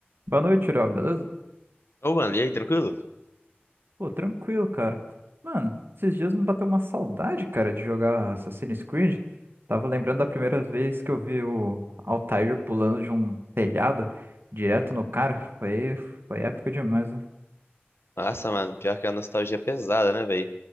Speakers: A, on the right; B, on the left.
A: Boa noite, Léo, beleza?
B: Ô, mano, e aí, tranquilo?
A: Pô, tranquilo, cara. Mano, esses dias me bateu uma saudade, cara, de jogar Assassin's Creed. Tava lembrando da primeira vez que eu vi o Altair pulando de um telhado direto no cara. Foi, foi épico demais, né?
B: Nossa, mano, pior que a nostalgia é pesada, né, velho?